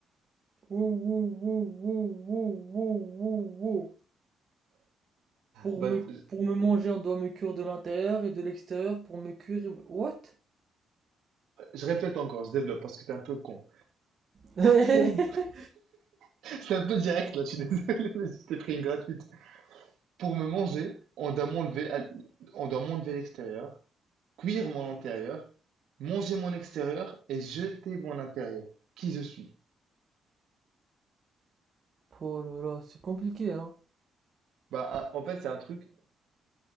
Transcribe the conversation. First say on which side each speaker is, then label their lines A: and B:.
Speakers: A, on the right; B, on the right.
A: Wow, wow, wow, wow, wow, wow, wow, wow. Pour
B: Bah,
A: me,
B: je
A: pour me manger, on doit me cuire de l'intérieur et de l'extérieur pour me cuire. et- What?
B: je répète encore, je développe parce que t'es un peu con.
A: <laughs>
B: Pour... <laughs> C'est un peu direct là, je suis désolé, <laughs> mais je t'ai pris une gratuite. Pour me manger, on doit m'enlever, à- on doit m'enlever l'extérieur, cuire mon intérieur, manger mon extérieur et jeter mon intérieur. Qui je suis?
A: Oh là là, c'est compliqué, hein.
B: Bah, un- en fait, c'est un truc.